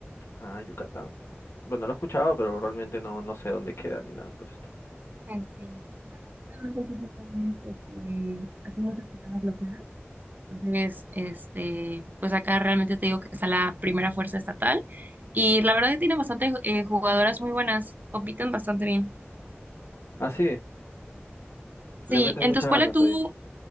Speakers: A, on the left; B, on the right.
A: Ah, Yucatán. Bueno, lo he escuchado, pero realmente no, no sé dónde queda ni nada por esto.
B: Ah, Sí, realmente el fútbol también es, este, así muchas personas lo juegan. Entonces, Entonces, este, pues acá realmente te digo que está la primera fuerza estatal y la verdad que tiene bastante eh, jugadoras muy buenas, compiten bastante bien.
A: Ah, sí,
B: Sí,
A: le meten
B: en
A: muchas
B: tu escuela
A: ganas
B: tú,
A: ahí.